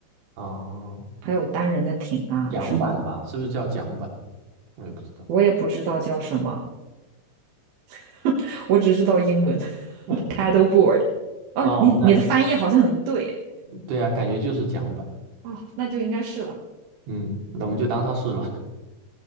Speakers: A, on the right; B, on the right.
A: 哦，
B: 还有单人的艇啊什么的，
A: 桨板吧，是不是叫桨板？我也不知道。
B: 我也不知道叫什么，<laughs> 我只知道英文
A: <laughs>
B: <laughs> paddleboard。哦，
A: 哦，
B: 你你的翻译好像很对
A: 那对啊，感觉就是桨板。
B: 哦，那就应该是了。
A: 嗯，那我们就当它是吧。<laughs>